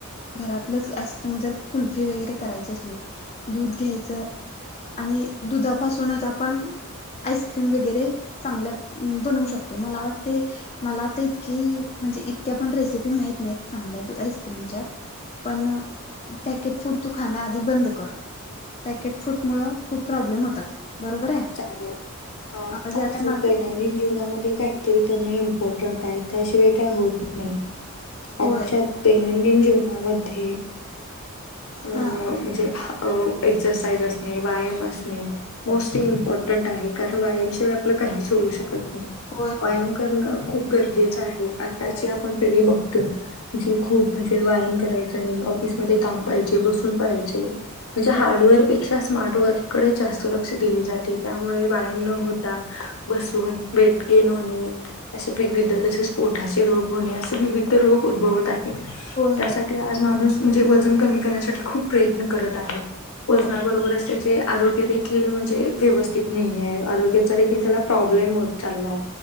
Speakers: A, on the left (about 30°); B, on the left (about 70°).
A: घरातलंच आईस्क्रीम जर कुल फी वगैरे करायचे असले दूध घ्यायचं आणि दुधापासूनच आपण आईस्क्रीम वगैरे चांगल्या बनवू शकतोय मला वाटते मला आता इतकी म्हणजे इतक्या पण रेसिपी माहीत नाही चांगल्या दू आईस्क्रीमच्या. पण पॅकेट फूड तू खाणं आधी बंद कर, पॅकेट फूड मुळं खूप प्रॉब्लम होतात. बरोबर आहे,
B: चालेल आता
A: आवाज आलाय
B: कसं
A: माझा?
B: दैनंदिन जीवनामध्ये काहीतरी करणे इम्पॉर्टंट आहे त्याशिवाय काही होत नाही. आजच्या
A: होय
B: दैनंदिन जीवनामध्ये अं
A: हा
B: म्हणजे एक्सरसाईज असणे, व्यायाम असणे मोस्टली
A: होय
B: इम्पॉ टन्ट आहे कारण व्यायामशिवाय आपलं काहीच होऊ शकत नाही
A: होय होय
B: व्यायाम करणं खूप गरजेचं आहे आताची
A: होय
B: आपण पिढी बघतोय जी खूप म्हणजे व्यायाम करायचा नाही ऑफिसमध्ये काम पाहिजे बसून पाहिजे. म्हणजे
A: हो
B: हार्डवर्कपेक्षा स्मार्टवर्ककडे जास्त ल क्ष दिले जाते त्यामुळे व्यायाम न होता बसून वेट गेन होने असे विविध तसेच पोठाचे रोग होणे असे विविध रोग उद्भवत आहे.
A: होय
B: त्यासाठी
A: होय
B: आज माणूस म्हणजे वजन कमी करण्यासाठी खूप प्रयत्न करत आहे.
A: होय
B: वजनाबरोबरच त्याचे आरोग्य दे खील म्हणजे व्यवस्थित नाहीे आहे आरोग्याचा देखील त्याला प्रॉब्लेम होत चाललाय